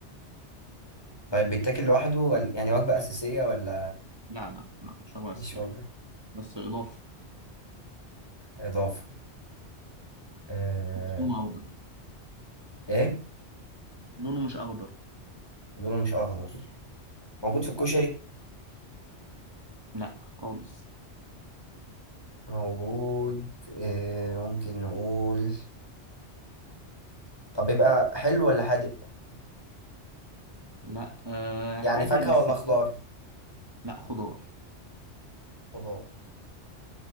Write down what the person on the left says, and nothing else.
طيب بيتاكل لوحده ولا يعني وجبة أساسية ولا
مش وجبة
إضافة آه...
إيه
لونه مش أخضر موجود في الكشري
موجود آه... ممكن نقول طب بيبقى حلو ولا حادق
يعني
فاكهة
ولا
خضار
خضار